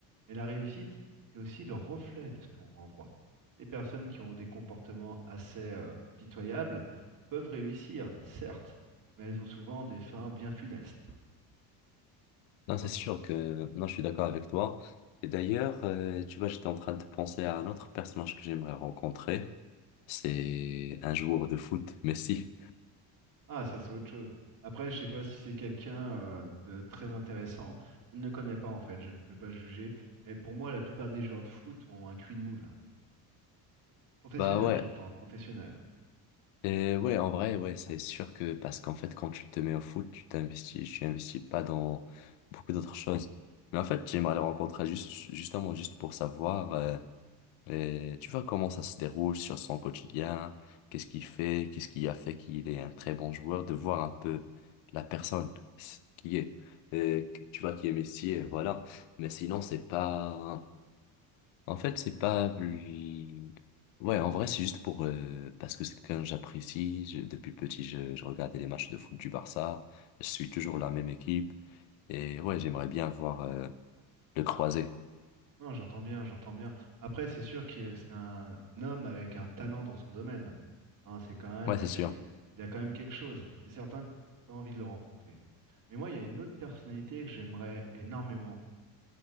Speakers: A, on the right; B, on the left.
A: Mais la réussite, c'est aussi le reflet de ce qu'on renvoie. Les personnes qui ont des comportements assez euh, pitoyables peuvent réussir, certes, mais elles ont souvent des fins bien funestes.
B: Non,
A: Non-
B: c'est sûr que, non, je suis d'accord avec toi. Et d'ailleurs, euh, tu vois, j'étais en train de penser à un autre personnage que j'aimerais rencontrer. C'est un joueur de foot, Messi.
A: Ah, ça c'est autre chose. Après, je sais pas si c'est quelqu'un euh, de très intéressant. Je ne le connais pas en fait, je ne peux pas juger. Mais pour moi, la plupart des joueurs de foot ont un cul de moule. Professionnel,
B: Bah ouais,
A: j'entends, professionnel.
B: Et ouais, en vrai, ouais, c'est sûr que parce qu'en fait, quand tu te mets au foot, tu t'investis, tu investis pas dans beaucoup d'autres choses. Mais en fait, j'aimerais le rencontrer juste, justement, juste pour savoir, euh, euh, tu vois, comment ça se déroule sur son quotidien, qu'est-ce qu'il fait, qu'est-ce qui a fait qu'il est un très bon joueur, de voir un peu la personne qui est, euh, que- tu vois, qui est Messi, et voilà. Mais sinon, c'est pas, en fait, c'est pas plus... Ouais, en vrai, c'est juste pour... euh, parce que c'est quelqu'un que j'apprécie. Je- Depuis petit, je, je regardais les matchs de foot du Barça. Je suis toujours la même équipe. Et ouais, j'aimerais bien voir euh, le croiser.
A: Non, j'entends bien, j'entends bien. Après, c'est sûr que c'est un homme avec un talent dans son domaine. Hein, c'est quand même,
B: Ouais, c'est
A: il
B: sûr.
A: a, il, il a quand même quelque chose. C'est certain que tu as envie de le rencontrer. Mais moi, il y a une autre personnalité que j'aimerais énormément